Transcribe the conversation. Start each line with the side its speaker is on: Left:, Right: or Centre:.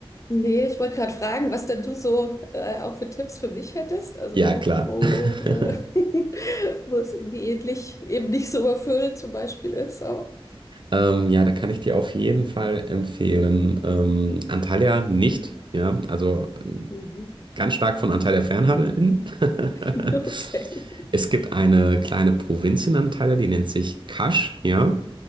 Left: Nee, ich wollte gerade fragen, was denn du so äh, auch für Tipps für mich hättest. Also
Right: Ja, klar.
Left: wo,
Right: <laughs>
Left: äh, <laughs> wo es irgendwie ähnlich, eben nicht so überfüllt zum Beispiel ist auch.
Right: Ähm, ja, da kann ich dir auf jeden Fall empfehlen. Ähm, Antalya nicht, ja. Also
Left: Mhm.
Right: ganz stark von Anteil der Fernhandeln. <laughs>
Left: <laughs> Okay.
Right: Es gibt eine kleine Provinz in Antalya, die nennt sich Kasch, ja.